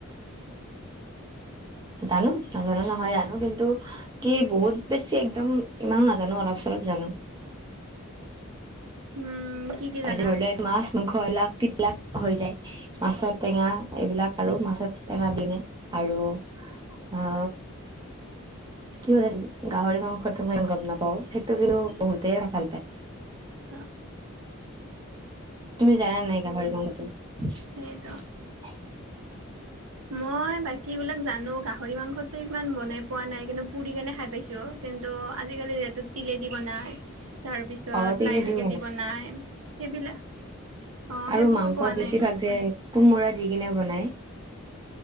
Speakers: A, on the right (about 20°); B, on the right (about 80°).
A: জানো নাজানো নহয় জানো কিন্তু কি বহুত বেছি একদম ইমানো নাজানো অলপ চলপ চব জানো।
B: উম। কি কি জানা
A: ধৰি লও এক মাছ মংস এলাক টবিলাক হৈ যায় মাছৰ টেঙা এইবিলাক আৰু মাছৰ টেঙা দি নে আৰু অ কি কৰি আছিল গাহৰি মাংসটোো মই ই গম নাপাও সেইটো কিন্তু বহুতেই ভাল পায়।
B: অ
A: তুমি জান নাই গাহৰি গড়ালটো।
B: সেইটো মই বাকী বিলাক জানোঁ গাহৰি মাংসতটো ইমান বনাই পোৱা নাই কিন্তু পুৰি কেনে খাই পাইছোঁ। কিন্তু আজিকালি যিহেতু তিলেদি বনাই। তাৰ পিছত
A: অ তিলে
B: লাই শাকেদি
A: দিও
B: বনাই সেইবিলাক অ
A: আৰু
B: সেইবোৰ
A: মাংসত
B: পোৱা
A: বেছিভাগ
B: নাই।
A: যে কোমোৰা দি কিনে বনাই